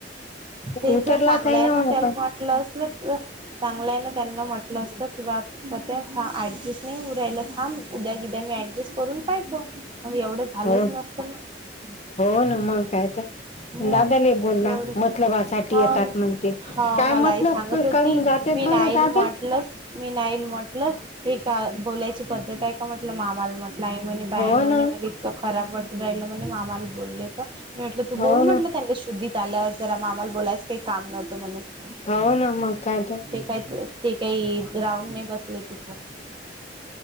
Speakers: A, on the right; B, on the left.
A: ते
B: उतरलाच
A: जर चांगलंय
B: आहे
A: ना
B: मग
A: त्याला
B: आपण
A: म्हटलं अस चांगलं आहे ना त्यांना म्हटलं असतं किंवा ते ऍडजस्ट नाही उ राहिला ान उद्या कद्या मी ऍडजस्ट करून पाहतो मग एवढं झालंच
B: हो
A: नसतं ना
B: हो मग काय तर
A: मग
B: दादाला बोलला
A: एवढी
B: मतलबासाठी
A: हा
B: येतात म्हणते
A: हा
B: काय
A: मलाही
B: मतलब
A: सांगत होती
B: करून जातेत
A: मी
B: बरं
A: नाईल
B: दादा
A: म्हटलंस मी नाईल म्हट म्हटलं एक का बोलायची पद्धत आहे का म्हटलं मामाला म्हटलं आई म्हणे बाय
B: हो
A: नां म्हणे
B: ना
A: मली त खराब वाटून राहिल म्हणे मामाला बोलले तर मी म्हटलं तू
B: हो
A: बोल म्हट
B: ना
A: त्यांना शुद्धी त्याल्यावर जरा आम्हाला बोलायचं काही काम नव्हतं म्हणून
B: हो ना मग काय तर
A: ते काय ते काही राऊंड नाही बसले तिथं